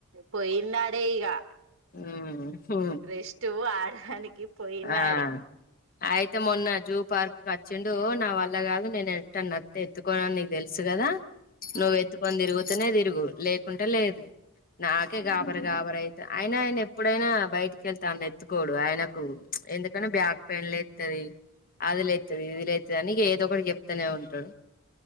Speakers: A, on the right; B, on the left.
A: పోయిన్నాడే ఇగా
B: ఉమ్ హు
A: రెస్ట్ ఆడాదనికి పోయిన్నాడే
B: ఆ అయితే మొన్న జూ పార్క్కి వచ్చిండు నా వల్ల కాదు నేను ఎత్తుకోన్నా నీకు తెలుసు కదా నువ్వు
A: ఆ
B: ఎత్తుకొని తిరపో అనే తిరుగు లే లే కుంటే లేదు నాకే గాబరి గాబర అయి అయన ఆయన ఎప్పుడైనా బయటికి వెళ్తా ఆ ఎత్తుకోడు ఆయనకు ఎందుకంటే బ్యాక్ పెయిన్ లేతుది అది లేతుది ఇది లేతుది అని ఏదో ఒకటి చెప్తూనే ఉంటాడు